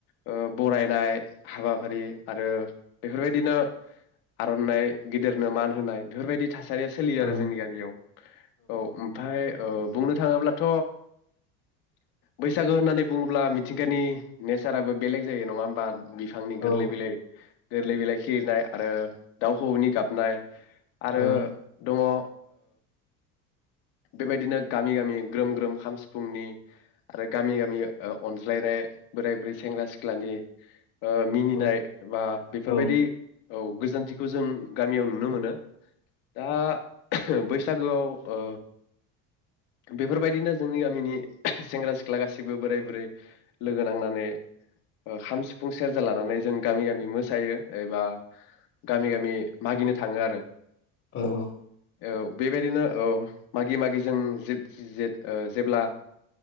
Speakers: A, on the left; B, on the left.
A: ओ बरायनाय हाबाफारि आरो बेफोरबायदिनो आरनाइ गिदिरनो मान होनाय बेफोरबायदि थास थासारिया सोलियो
B: ओं
A: आरो जोंनि गामियाव औ ओमफ्राय ओ बुंनो थाङोब्लाथ बैसागो होननानै बुङोब्ला मिथिंगानि नेचाराबो बेलेग जायो नङा होमबा। बिफांनि
B: औ
A: गोरलै बिलाइ गोरलै बिलाइ खिरिनाय आरो दाउखौनि गाबनाय आरो
B: ओं
A: दङ ओ बेबायदिनो गामि गामि ग्रोम ग्रोम खाम सिफुंनि आरो गामि गामि ओ अनज्लायनाय बोराय बुरै सेंग्रा सिख्लानि ओ मिनिनाय
B: औ
A: बा बेफोरबायदि
B: ओं
A: औ गोजोनथिखौ जों गामियाव नुनो मोनो दा बैसागोआव ओ बेफोरबायदिनो जोंनि गामिनि सेंग्रा सिख्ला गासैबो बोराय बुरै लोगो नांनानै ओ खाम सिफुं सेरजा लानानै जों गामि गामि मो सायो एबा गामि गामि मागिनो थाङो आरो
B: औ औ
A: औ बेबायदिनो औ मागि मागि जों जेब जे जेब्ला